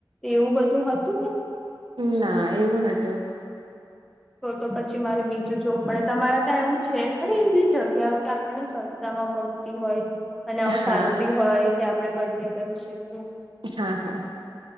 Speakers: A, in the centre; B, on the right.
A: એવું બધું હતું કેમ.
B: ના એવું નતું.
A: તો તો પછી મારે બીજું જોવું પડે તમારે ત્યાં એવું છે ખરી એવી જગ્યાઓ કે આપણને. માં પહચતી હોય અને આવું
B: હા
A: સારું બી હોય કે આપણે બર્ ડે કરી શકીએ.
B: હા હા.